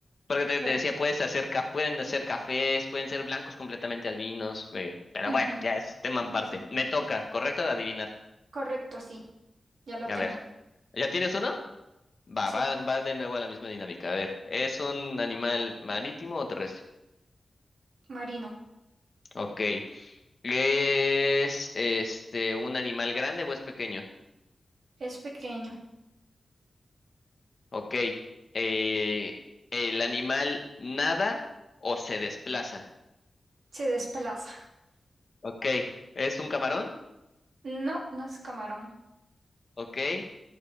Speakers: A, on the left; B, on the right.
A: Porque te,
B: Bueno,
A: te decía, puedes hacer caf- pueden hacer cafés, pueden ser blancos completamente albinos, eh, pero
B: ujú,
A: bueno,
B: <laughs>
A: ya es tema
B: ajá,
A: aparte.
B: sí.
A: Me toca, correcto, de adivinar.
B: Correcto, sí, ya lo
A: A
B: tengo.
A: ver, ¿ya tienes uno? Va,
B: Sí.
A: va, va de nuevo a la misma dinámica. A ver, ¿es un animal marítimo o terrestre?
B: Marino.
A: Ok. ¿Es este un animal grande o es pequeño?
B: Es pequeño.
A: Ok. eh, ¿el animal nada o se desplaza?
B: Se desplaza.
A: Ok. ¿Es un camarón?
B: No, no es camarón.
A: Ok.